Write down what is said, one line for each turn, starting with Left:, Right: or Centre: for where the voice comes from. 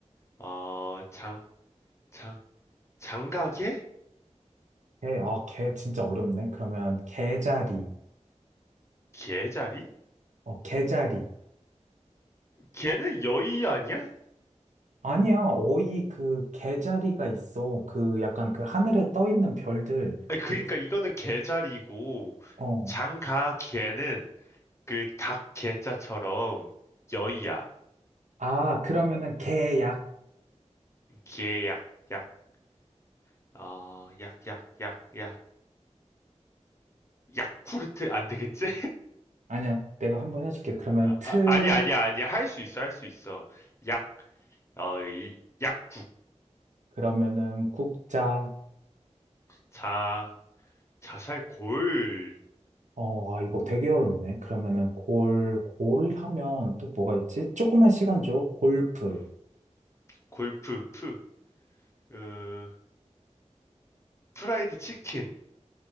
Left: 어, 장, 장, 장가게?
Right: 개, 아, 개 진짜 어렵네. 그러면 개자리,
Left: 개자리?
Right: 어, 개자리.
Left: 개는 여의 아니야?
Right: 아니야, 어이 그 개자리가 있어. 그 약간 그 하늘에 떠 있는 별들.
Left: 아니, 그니까
Right: 그,
Left: 이거는 개자리고,
Right: 어,
Left: 장가개는 그 닭 개자처럼 여의야.
Right: 아, 그러면은 개약.
Left: 예, 개약, 약, 약, 어, 약, 약, 약, 약. 야쿠르트 안 되겠지?
Right: 아니야, 내가 한번 해줄게. 그러면
Left: 아,
Right: 트,
Left: 아, 아니야, 아니야, 아니야. 할 수 있어, 할 수 있어. 약, 어, 이, 약국,
Right: 그러면은 국자.
Left: 자, 자살 골,
Right: 어, 아, 이거 되게 어렵네. 그러면은 골, 골 하면 또 뭐가 있지?
Left: 음,
Right: 조그만 시간 줘. 골프.
Left: 음, 골프, 프, 어, 프라이드 치킨,